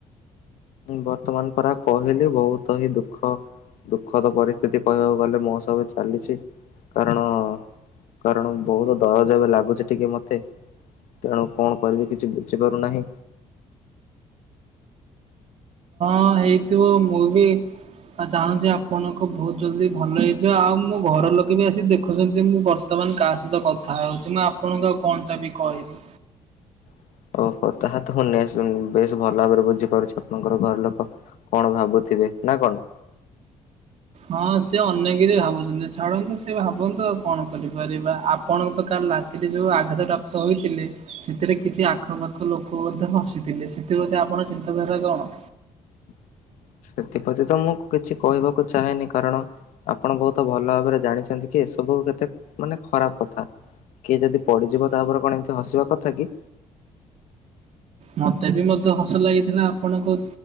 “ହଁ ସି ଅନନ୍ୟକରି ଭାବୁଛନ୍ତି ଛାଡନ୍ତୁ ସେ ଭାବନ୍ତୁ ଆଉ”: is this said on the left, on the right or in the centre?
Right